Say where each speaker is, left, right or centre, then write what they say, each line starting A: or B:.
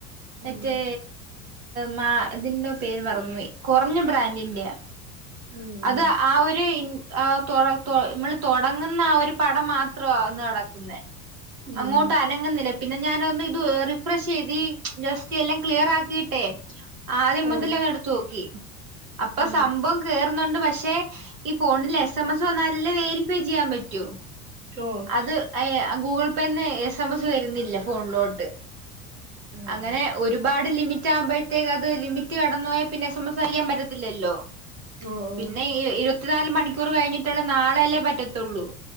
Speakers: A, on the right; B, on the right.
A: ഉം
B: മറ്റേ മാ ഇതിന്റെ പേര് മറന്നു പോയി കൊറഞ്ഞ ബ്രാൻഡിന്റെയ
A: ഉം
B: അത് ആ ഒരു എഹ് തൊ തൊ നമ്മള് തൊടങ്ങുന്ന ആ ഒരു പടം മാത്രമാ വന്ന് കെടക്കുന്നേ
A: ഉം
B: അങ്ങോട്ട് അനങ്ങുന്നില്ല പിന്നെ ഞാന ഒന്ന് ഇത് റിഫ്രഷ് ചെയ്തി ജസ്റ്റ് എല്ലാം ക്ലിയറാക്കിയിട്ടെ ആദ്യം
A: ഉം
B: മുതലേ
A: ആഹ്
B: ഒന്ന് എടുത്തു നോക്കി അപ്പൊ
A: ഉം
B: സംഭവം കേറുന്നുണ്ട് പക്ഷെ ഈ ഫോണില് എസ് എം എസ് വന്നാ അല്ലേ വേരിഫൈ ചെയ്യാൻ പറ്റോ?
A: ഓഹോ
B: അത് അയി ഗൂഗിൾ പേന്ന് എസ് എം എസ് വരുന്നില്ല ഫോണിലോട്ട്
A: ആഹ്
B: അങ്ങനെ ഒരുപാട് ലിമിറ്റ് ആകുമ്പഴത്തേക്ക് അത് ലിമിറ്റ് കടന്ന് പോയാ പിന്നെ എസ് എം എസ് അയക്കാൻ പറ്റത്തില്ലല്ലോ
A: ഓ ഓ
B: പിന്നെ ഇരുപത്തിനാല് മണിക്കൂർ കഴിഞ്ഞിട്ടല്ലെ നാളെയല്ലേ പറ്റത്തൊള്ളൂ